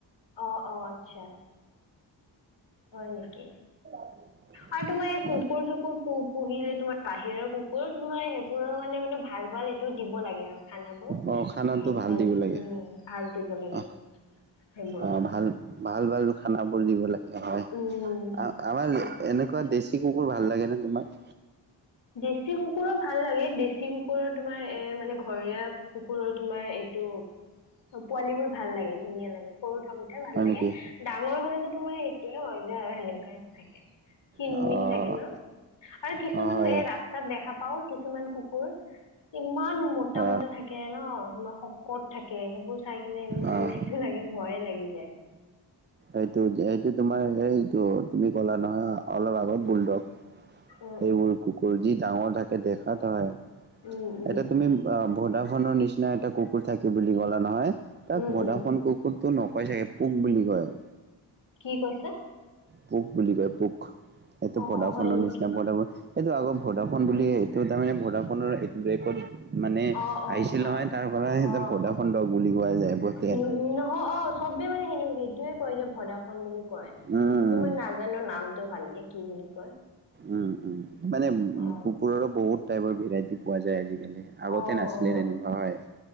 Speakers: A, on the left (about 70°); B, on the right (about 25°).
A: অ'অ' আচ্ছা। হয় নেকি?
B: <unintelligible>
A: আৰু তোমাৰ এই কুকুৰ-চুকুৰ
B: অ
A: প পুহিলে তোমাৰ বাহিৰৰ কুকুৰ তোমাৰ সেইবোৰৰ মানে, মানে ভাল, ভাল টো দিব লাগে আৰু খানাবোৰ
B: অ খানাটো
A: ভাল, ভাল
B: দিব
A: উম,
B: লাগে
A: ভাল দিব লাগে।
B: অ
A: সেইবোৰ
B: অ' ভাল, ভাল, ভাল খানাবোৰ দিব লাগে। হয়
A: উম
B: আমাৰ
A: মানে
B: এনেকুৱা দেশী কুকুৰ ভাল লাগেনে তোমাৰ?
A: দেশী কুকুৰো ভাল লাগে দেশী কুকুৰ কুকুৰৰ তোমাৰ এ মানে ঘৰীয়া কুকুৰৰ তোমাৰ এইটো অ' পোৱালী বোৰ ভাল লাগে ধুনীয়া লাগে সৰু থাকোতে। ভাল
B: হয়
A: লাগে,
B: নেকি
A: ডাঙৰ হ'লেতো তোমাৰ সেইটয়ে হয় যে আৰু সেনেকুৱা থাকে। ক্ষিনমিন
B: অ',
A: থাকে ন? আৰু কিছুমান
B: অ', হয়
A: ৰাস্তাত দেখা পাওঁ কিছুমান কুকুৰ ইমান মোটা,
B: অ',
A: মোটা থাকে ন? শকত থাকে সেইবোৰ চাই কিনে ইমান
B: অ'।
A: সেইটো লাগে ভয়ে লাগি যায়।
B: এইটো তোমাৰ এইটো তুমি কলা নহয় অলপ আগত বোল ডগ।
A: উম
B: সেইবোৰ
A: উম।
B: কুকুৰ যি ডাঙৰ থাকে দেখাত হয়।
A: উম, উম
B: এটা তুমি অ' ভদাফনৰ নিচিনা এটা কুকুৰ থাকে বুলি ক'লা নহয় তাক
A: উম
B: ভদাফন
A: উম
B: কুকুৰ কতো পোক বুলি কয়।
A: কি কৈছা?
B: পোক বুলি কয় পোক এইটো
A: অ
B: ভোদাফোনৰ
A: হয় নেকি?
B: নিচিনা ভোডাফোন এইটো আগত ভডাফোন বুলি এইটো তাৰমানে ভডাফোনৰ বেকড মানে
A: অ অ অ
B: আহিছিল
A: হয়।
B: নহয় তাৰ পৰাই একদম
A: অ
B: ভোডাফোন
A: অ
B: ডগ বুলি কোৱা যায় <unintelligible>
A: উম উম নহয় অ চবেই মানে সেই সেইটোয়ে কয় যে ভদাফোন বুলি কয়
B: উম।
A: কিন্তু মই নাজানো নামটো ভালকে কি বুলি কয়
B: উম উম মানে
A: অ।
B: কুকুৰৰো বহুত টাইপৰ ভেৰাইটি পোৱা যায় আজিকালি। আগতে
A: অ
B: নাছিলে
A: অ
B: তেনেকুৱা হয়।